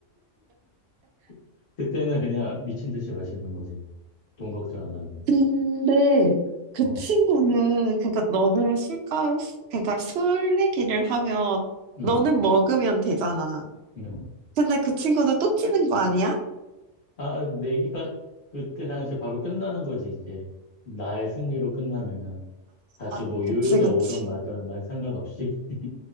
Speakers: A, on the left; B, on the right.
A: <laughs> 그때는 그냥 미친 듯이 마시는 거지. 돈 걱정 안 하고.
B: 근데 그
A: 어,
B: 친구는 그러니까 너는 술값 그러니까 술 내기를 하면
A: 음,
B: 너는 먹으면 되잖아.
A: 음.
B: 근데 그 친구는 또 찌는 거 아니야?
A: 아, 내기가 그때 당시 바로 끝나는 거지, 이제. 나의 승리로 끝나면은. 다시
B: 아,
A: 뭐 요요가
B: 그치 그치.
A: 오든 말든 난 상관없이. <laughs>